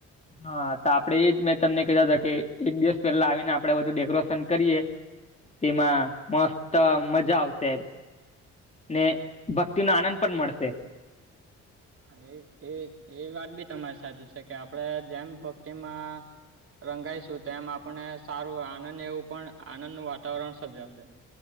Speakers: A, on the left (about 20°); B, on the right (about 45°).
A: હા તો આપડે એ જ મેં તમને કેતા હતા કે એક દિવસ પહેલા આવીને આપડે બધું ડેકોરેશન કરીએ તેમાં મસ્ત મજા આવશે ને ભક્તિનો આનંદ પણ મળશે
B: હા, એ એ એ વાત બી તમારી સાચી છે કે આપડે જેમ ભક્તિમાં રંગાઈશું તેમ, આપણને સારું આનંદ એવું, પણ આનંદ નું વાતાવરણ સર્જાશે.